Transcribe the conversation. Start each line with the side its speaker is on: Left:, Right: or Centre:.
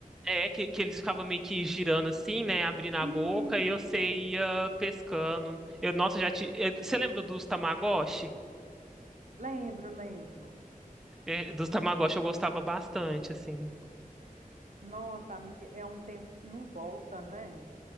Centre: é que, que eles ficavam meio que girando assim, né? Abrindo a
Right: Isso!
Centre: boca e você ia pescando. Eu, nossa, já te, eu- você lembra dos Tamagotchi?
Right: Lembro, lembro.
Centre: É, dos Tamagotchi eu gostava bastante, assim.
Right: Nossa, amiga, é um tempo que não volta, né?